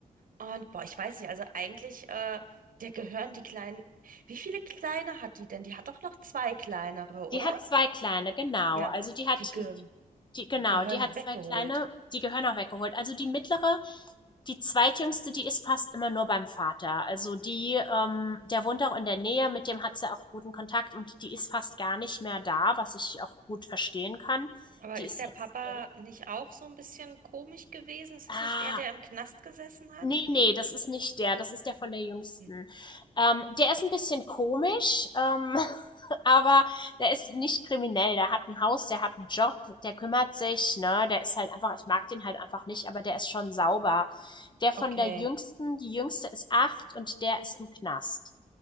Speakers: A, on the right (about 75°); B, on the left (about 30°).
A: Und boah, ich weiß nicht, also eigentlich, äh, der gehören die kleinen. Wie viele kleine hat die denn? Die hat doch noch zwei kleinere, oder?
B: Die hat zwei kleine, genau.
A: Ja,
B: Also die hat
A: die ge
B: Die genau,
A: gehören
B: die hat 2
A: weggeholt.
B: kleine, die gehören auch weggeholt. Also, die mittlere, die zweitjüngste, die ist fast immer nur beim Vater. Also, die ähm, der wohnt auch in der Nähe, mit dem hat sie auch guten Kontakt und die ist fast gar nicht mehr da, was ich auch gut verstehen kann.
A: Aber
B: Die
A: ist
B: ist
A: der
B: jetzt
A: Papa
B: elf
A: nicht auch so ein bisschen komisch gewesen? Ist
B: Ah,
A: das nicht der, der im Knast gesessen hat?
B: Ne, ne, das ist nicht der, das ist der von der Jüngsten.
A: Hm.
B: Ähm, der ist ein bisschen komisch, ähm, <laughs> aber der ist nicht kriminell. Der hat ein Haus, der hat einen Job, der kümmert sich, ne? Der ist halt einfach ich mag den halt einfach nicht, aber der ist schon sauber. Der von
A: Okay.
B: der Jüngsten die Jüngste ist 8 und der ist im Knast.